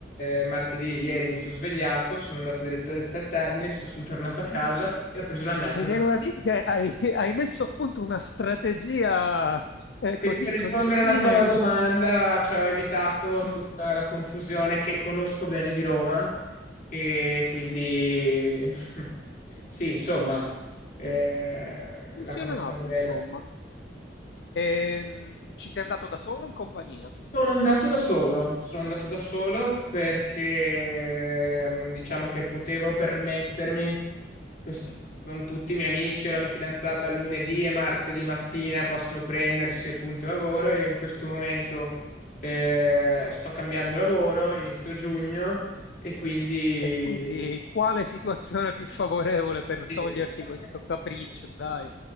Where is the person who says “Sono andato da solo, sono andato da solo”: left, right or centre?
Left